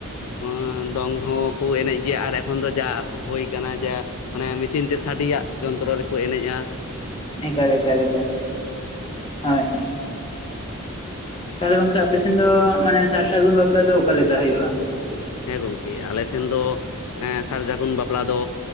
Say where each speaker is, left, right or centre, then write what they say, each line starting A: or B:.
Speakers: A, on the left (about 80°); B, on the left (about 25°).
A: ᱚᱸ ᱫᱚᱝ ᱦᱚᱸᱠᱚ ᱮᱱᱮᱡ ᱜᱮᱭᱟ ᱟᱨ ᱮᱠᱷᱚᱱ ᱫᱚ ᱡᱟ ᱦᱚᱭ ᱠᱟᱱᱟ ᱡᱟ ᱟᱱᱮ ᱢᱤᱥᱤᱱ ᱛᱮ ᱥᱟᱰᱤᱟᱜ ᱡᱚᱱᱛᱨᱚ ᱨᱮᱠᱚ ᱮᱱᱮᱡ-ᱟ᱾
B: ᱮᱠᱟᱞ‌ ᱮᱠᱟᱞ ᱮᱠᱟ ᱦᱚᱭ ᱦᱚᱭ᱾ ᱛᱟᱦᱚᱞᱮ ᱜᱚᱝᱠᱮ ᱟᱯᱮ ᱥᱮᱱ ᱫᱚ ᱢᱟᱱᱮ ᱥᱟᱨ ᱥᱟᱹᱜᱩᱱ ᱵᱟᱯᱞᱟ ᱫᱚ ᱚᱠᱟ ᱞᱮᱠᱟ ᱦᱩᱭᱩᱜ-ᱟ?
A: ᱦᱮᱸ ᱜᱚᱝᱠᱮ ᱟᱞᱮ ᱥᱮᱱ ᱫᱚ ᱥᱟᱨ ᱡᱟᱜᱩᱱ ᱵᱟᱯᱞᱟ ᱫᱚ